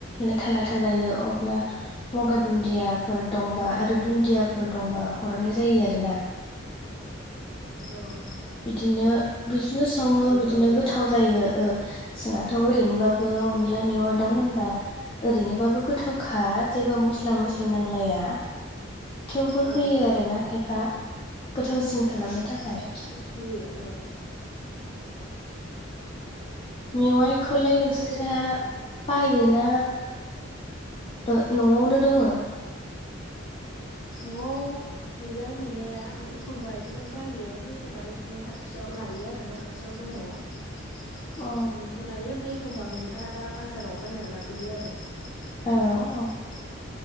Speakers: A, on the left; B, on the left.
A: लाथा लाथा जायो अब्ला मगा दुन्दियाफोर दंबा आरो दुन्दियाफोर दंबा हरनाय जायो आरो ना ।
B: औ ।
A: बिदिनो बिदिनो सङो बिदिनो
B: औ
A: गोथाव जायो ओ जोंहाथ' ओरैनोबाबो
B: उम
A: अनला मेवा दाउ होनबा ओरैनोबाबो गोथावखा । जेबो मस्ला
B: गोथाव
A: मस्लि
B: जाखायो
A: नांलाया थेवबो
B: औ
A: होयो आरोना खायफा । गोथावसिन खालामनो थाखाय ।
B: होयो औ ।
A: मेवाइखौलाय नोंसोरहा
B: बेबाय
A: बायोना ओ न'आवनो ओ दङो?
B: न'आव गैया गैनाया ओम्फाय एखमबा बिदिनो बायो ओमफाय एखमबा न' खाथियाव लायो आरो न' खा थियाव दङ ।
A: अ
B: एनिखौ लायो ओम्फाय एखमबा मोनथाराबा बाजाराव बायना लाबोयो आरो ।
A: औ औ
B: <unintelligible>